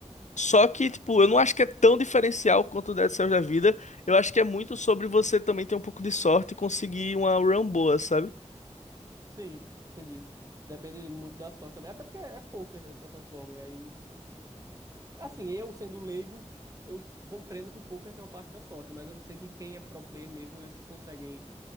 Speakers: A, on the left; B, on the right.
A: Só que, tipo, eu não acho que é tão diferencial quanto o Dead Cells da vida, eu acho que é muito sobre você também ter um pouco de sorte e conseguir uma run boa, sabe?
B: Sim, entendi. Depende muito da sorte também. Até porque é poker, né, de certa forma. E aí, assim, eu sendo leigo, eu compreendo que o poker tem uma parte da sorte, mas eu sei que quem é pro player mesmo, eles conseguem